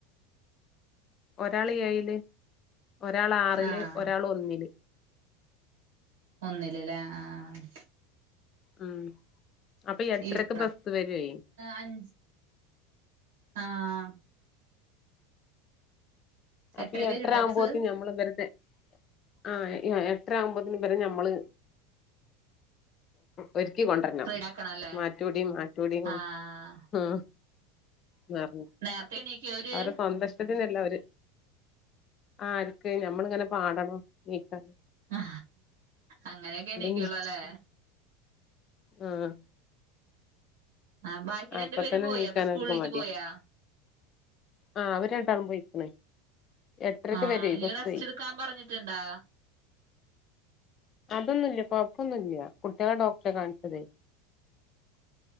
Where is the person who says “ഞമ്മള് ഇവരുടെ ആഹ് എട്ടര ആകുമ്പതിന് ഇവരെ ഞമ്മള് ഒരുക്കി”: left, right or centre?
Left